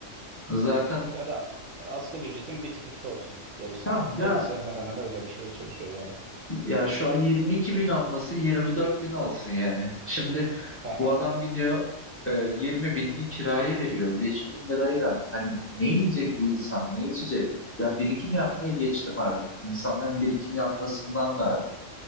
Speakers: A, on the left; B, on the right.
A: Zaten
B: Ya da asgari ücretin bir tık üstü olsun. Yarısında,
A: ha, ya
B: yarısı hemen hemen öyle bir şeye çalışıyor yani.
A: Ya şu an 22 bin alması 24 bin alsın yani. Şimdi
B: Aha.
A: bu adam gidiyor e, 20 binini kiraya veriyor. 5 bin lirayla hani ne yiyecek bu insan ne içecek? Ya birikim yapmaya geçtim artık. İnsanların birikim yapmasından da artık